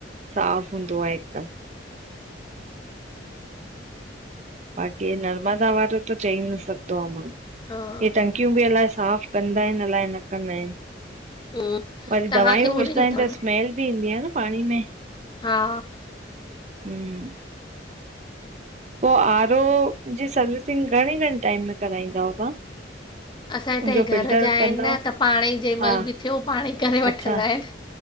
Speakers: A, on the right (about 40°); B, on the left (about 25°).
A: साफ़ हूंदो आहे हिकदम। बाक़ी नर्मदा वारो त चई न सघंदो आ माणहू
B: हा
A: हे त टकियूं बि अलाए साफ़ कंदा आहिन अल्हाए न कंदा आहिन।
B: हम्म,
A: वरी
B: तव्हांखे
A: दवााइयूं
B: होरे
A: विझदा
B: जो अथव
A: आहिन
B: न
A: त स्मैेल बि ईंदी आ न पाणी में।
B: हा
A: हम् पो आरो जी सर्विसिंग घणे-घणे टाइम में कराईंदा अहियो तव्हां?
B: असां हि
A: उनजो
B: त
A: फिल्टर
B: घर जा आहिन
A: कंदा
B: न त पाणई जंहिं
A: हा
B: मल बि थियो पाणई करे वठंदा
A: अच्छा
B: आहिन।